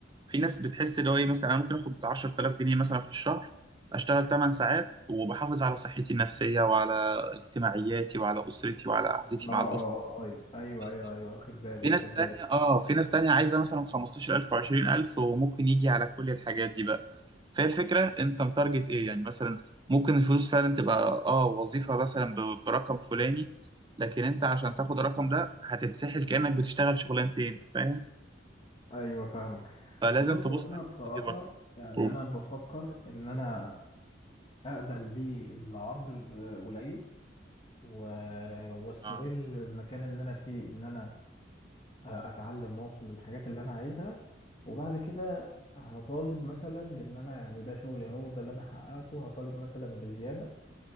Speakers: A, on the right (about 25°); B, on the left (about 30°).
A: في ناس بتحس اللي هو إيه مثلا أنا ممكن آخد 10000 جنيه مثلا في الشهر أشتغل 8 ساعات وبحافظ على صحتي النفسية وعلى اجتماعياتي وعلى أسرتي وعلى قعدتي
B: اه
A: مع
B: اه
A: الأسرة
B: اه ايوه ايوه
A: بالظبط
B: ايوه ايوه واخد بالي
A: في
B: واخد
A: ناس تانية
B: بالي
A: اه في ناس تانية عايزة مثلا 15000 و20000 وممكن يجي على كل الحاجات دي بقى فهي الفكرة انت متارجت ايه يعني مثلا ممكن الفلوس فعلا تبقى اه وظيفة مثلا ب- برقم فلاني لكن انت عشان تاخد الرقم ده هتتسحل كأنك بتشتغل شغلانتين فاهم
B: ايوه فاهمك
A: فلازم
B: بص
A: تبص
B: هو انا
A: على
B: بصراحة
A: الحتة دي برضه
B: يعني
A: قول.
B: انا بفكر ان انا اقبل بيه العرض القليل و... واستغل
A: اه
B: المكان اللي انا فيه ان انا آه، اتعلم واوصل للحاجات اللي انا عايزها وبعد كده هطالب مثلا بان انا يعني ده شغلي اهو ده اللي انا حققته هطالب مثلا بزياده